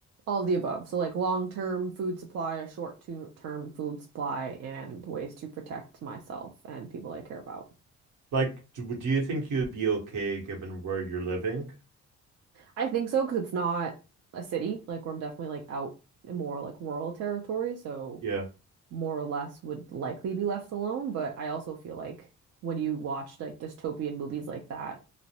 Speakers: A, on the right (about 55°); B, on the right (about 75°).
A: all the above. So like long-term food supply, a short-term food supply, and ways to protect myself and people I care about.
B: Like, do, do you think you'd be okay given where you're living?
A: I think so because it's not a city. Like where I'm definitely like out in more like rural territory, so.
B: Yeah.
A: more or less would likely be left alone. But I also feel like when you watch like dystopian movies like that,